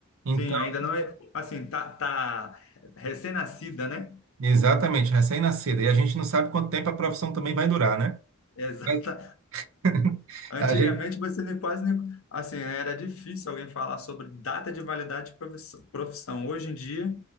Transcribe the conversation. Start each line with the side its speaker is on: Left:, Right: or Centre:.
Right: Então,
Left: Sim, ainda não é, assim, tá, tá recém-nascida, né?
Right: Exatamente, recém-nascida. E a gente não sabe quanto tempo a profissão também vai durar, né?
Left: Exato.
Right: Mas <laughs>
Left: Antigamente
Right: A gente,
Left: você nem quase nem, assim, né, era difícil alguém falar sobre data de validade de profiss- profissão. Hoje em dia